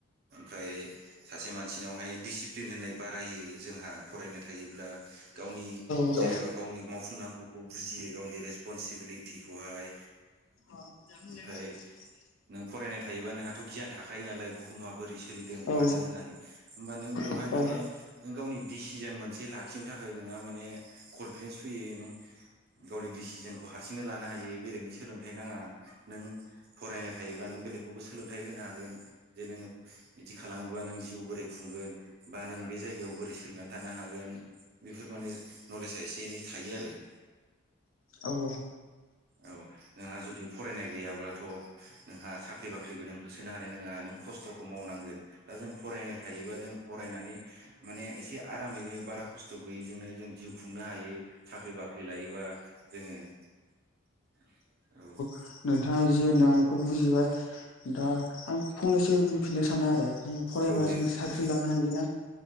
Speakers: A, on the right; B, on the left.
A: ओमफ्राय सासे मानसिनावहाय डिसिप्लिन होननाय बारायो जोंहा फरायनाय थायोब्ला गावनि
B: औ
A: जेनेबा गावनि मावफुंनांगौखौ बुजियो गावनि रेसपनसिबिलिटिखौहाय
B: <unintelligible>
A: ओमफ्राय नों फरायनाय थायोबा नोंहाथ' गियान थाखायो नालाय बुहुमा बोरै सोलिदों
B: औ
A: मादों होननानै होनबा नों बेव बेवहाय
B: औ
A: माने नों गावनि डिसिजोन मोनसे लाखिनो थाखाय नोंहा माने कनफिदेन्स फैयो नों गावनि डिसिजोनखौ हारसिंनो लानो हायो बेलेगनि सोलोंथाइ नाङा नों फरायनाय थायोब्ला नो बेलेगखौबो सोलोंथाय होनो हागोन जे नोङो इदि खालामोबा नों जिउ बोरै खुंगोन बा नों बे जायायाव बोरै सो थांना थानो हागोन बेफोर माने नलेजआ एसे एनै थायो आरो ।
B: औ औ।
A: औ नोंहा जुदि फरायनाय गैयाब्लाथ' नोंहा साख्रि बाख्रिबो नोंखौ सोनो हानाय नङा नों खस्थ'खौ मावनांगोन दा जों फरायनाय थायोबा जों फरायनानै माने एसे आरामैनो बा बारा खस्थ' गैयिजोंनो जों जिउ खुंनो हायो साख्रि-बाख्रि लायोबा जोङो औ।
B: नोंथाङा जि होनदों आं बेखौ बुजिबाय दा आं फंनैसो ओ बुंफिननो सानो आरो जों फरायबा
A: औ दे
B: जों साख्रि
A: बुंनो
B: लानो हायोना